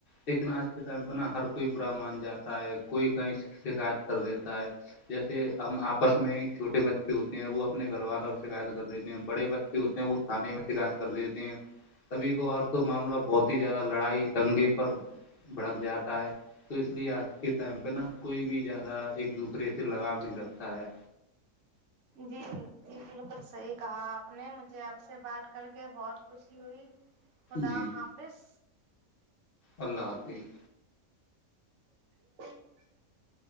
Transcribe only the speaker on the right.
جی جی بالکل صحیح کہا آپ نے مجھے آپ سے بات کر کے بہت خوشی ہوئی خدا
حافظ
<unintelligible>